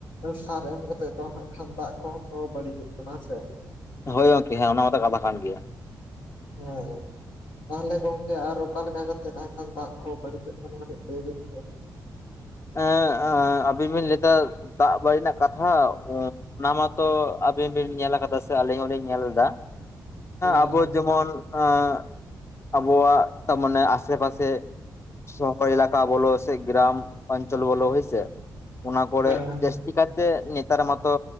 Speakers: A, on the left (about 85°); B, on the left (about 35°).
A: ᱥᱟᱨ ᱮᱢ ᱠᱟᱛᱮᱜ ᱫᱚ ᱦᱟᱸᱜ ᱠᱷᱟᱱ ᱫᱟᱜ ᱠᱚᱦᱚᱸ ᱛᱚ ᱵᱟᱹᱲᱤᱡᱚᱜ ᱠᱟᱱᱟ ᱦᱮᱸᱥᱮ᱾
B: ᱦᱳᱭ ᱜᱚᱝᱠᱮ ᱦᱮᱸ ᱚᱱᱟ ᱢᱟᱛᱚ ᱠᱟᱛᱷᱟ ᱠᱟᱱ ᱜᱮᱭᱟ᱾
A: ᱦᱮᱸ ᱦᱮ ᱛᱟᱦᱞᱮ ᱜᱚᱝᱠᱮ ᱟᱨ ᱚᱠᱟ ᱞᱮᱠᱟ ᱠᱟᱛᱮᱜ ᱦᱟᱸᱜ ᱠᱟᱱ ᱫᱟᱜ ᱠᱚ ᱵᱟᱹᱲᱤᱡᱚᱜ ᱠᱟᱱᱟ ᱠᱟᱹᱴᱤᱡ ᱞᱟᱹᱭᱵᱤᱱ ᱥᱮ?
B: ᱮᱸ ᱟᱵᱤᱱ ᱵᱤᱱ ᱞᱟᱹᱭ ᱫᱟ ᱫᱟᱜ ᱵᱟᱲᱤᱡ ᱨᱮᱱᱟᱜ ᱠᱟᱛᱷᱟ᱾ ᱚᱱᱟ ᱢᱟᱛᱚ ᱟᱵᱤᱱ ᱵᱤᱱ ᱧᱮᱞ ᱟᱠᱟᱫᱟ ᱥᱮ ᱟᱹᱞᱤᱧ ᱦᱚᱞᱤᱧ ᱧᱮᱞ ᱮᱫᱟ
A: ᱦᱮᱸ
B: ᱟᱵᱚ ᱡᱮᱢᱚᱱ ᱮᱸ ᱟᱵᱚᱣᱟᱜ ᱛᱟᱢᱟᱱᱮ ᱟᱥᱮ ᱯᱟᱥᱮ᱾ ᱥᱚᱦᱚᱨ ᱮᱞᱟᱠᱟ ᱵᱚᱞᱳ ᱥᱮ ᱜᱨᱟᱢ ᱚᱧᱪᱚᱞ ᱵᱚᱞᱳ ᱦᱚᱭ ᱥᱮ ᱚᱱᱟ ᱠᱚᱨᱮ
A: ᱦᱮᱸ
B: ᱡᱮᱥ ᱛᱤ ᱠᱟᱭᱛᱮ ᱧᱮᱛᱟᱨ ᱢᱟᱛᱚ